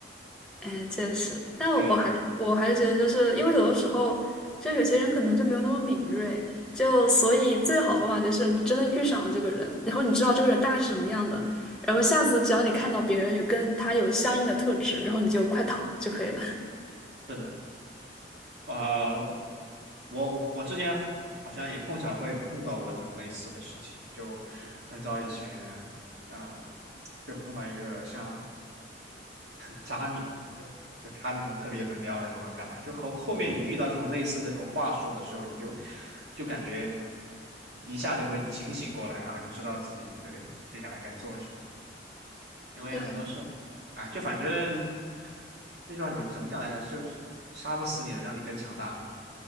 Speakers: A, in the centre; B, on the right.
A: 哎，确实，但我我还是我还是觉得，
B: 对，
A: 就是因为有的时候，就有些人可能就没有那么敏锐，就所以最好的方法就是你真的遇上了这个人，然后你知道这个人大概是什么样的，然后下次只要你看到别人有跟他有相应的特质，然后你就快逃就可以了。<laughs>
B: 是的，啊、我我我之前好好像也碰巧会碰到过这种类似的事情，就很早以前啊、就碰到一个像很渣女吧，就就她那种特别能撩人或者干嘛，就后后面你遇到这种类似的这种话术的时候，你就就感觉一下就会警醒过来，然后就知道自己对接下来该做什么，因为很多时候啊，
A: 对，
B: 就反正那句话怎么怎么讲来着，就是杀不死你的，让你更强大嘛，